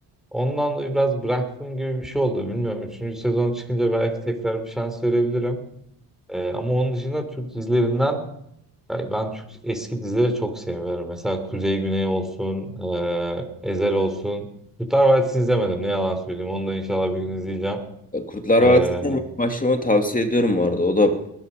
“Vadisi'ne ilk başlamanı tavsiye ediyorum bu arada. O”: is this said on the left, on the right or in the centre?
Left